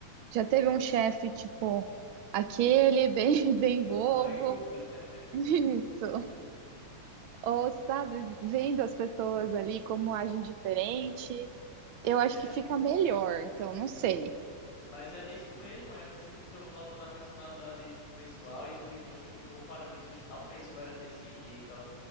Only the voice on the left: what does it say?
O,
o
Michael. <laughs>
É,
mas é isso mesmo, é você fica notando a personalidade do pessoal e tipo, você fica comparando isso. "Oxe, Tal pessoa era desse jeito, ó.